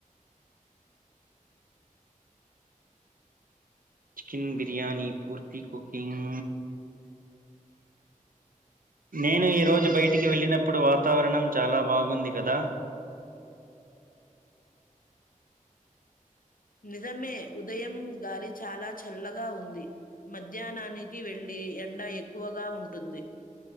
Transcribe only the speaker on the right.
chicken biryani పూర్తి కుకింగ్ నేను ఈ రోజు బయటికి వెళ్ళినప్పుడు వాతావరణం చాలా బాగుంది కదా